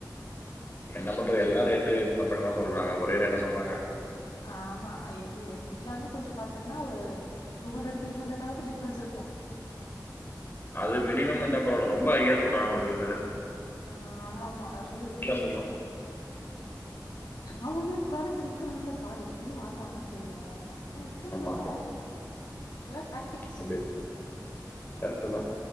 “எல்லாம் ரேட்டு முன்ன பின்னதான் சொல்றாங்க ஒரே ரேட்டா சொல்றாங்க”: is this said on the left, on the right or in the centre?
Left